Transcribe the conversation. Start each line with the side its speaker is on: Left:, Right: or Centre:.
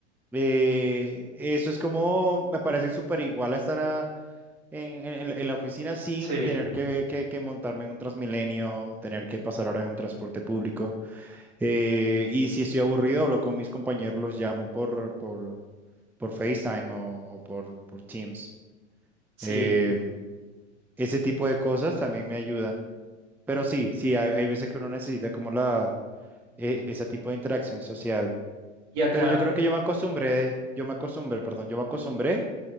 Centre: Eh, eso es como, me parece súper igual a estar a- en, en- en la oficina sin
Right: Sí,
Centre: tener que, que, que montarme en un Transmilenio, tener que pasar horas en un transporte público. Eh, y si estoy aburrido, hablo con mis compañeros, los llamo por, por, por FaceTime o, o por, por Teams.
Right: sí.
Centre: Eh, ese tipo de cosas también me ayudan. Pero sí, sí, hay, hay veces que uno necesita como la, e- ese tipo de interacción social.
Right: Y acá,
Centre: Pero yo creo que yo me acostumbré, yo me acostumbré, perdón, yo me acostumbré